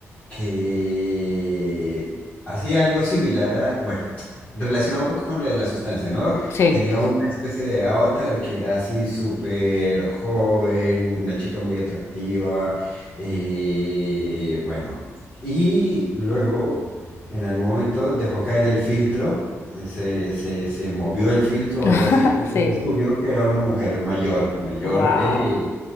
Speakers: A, on the left (about 25°); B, on the left (about 50°).
A: que hacía algo similar a, bueno, relacionado un poco con lo de la sustancia, ¿no?
B: sí,
A: Tenía una especie de avatar que era así súper joven, una chica muy atractiva, eh, bueno. Y luego, en algún momento, dejó caer el filtro, se, se- se movió el filtro o algo
B: <laughs>
A: así, y
B: sí,
A: se descubrió que era una mujer mayor, mayor,
B: wow,
A: eh,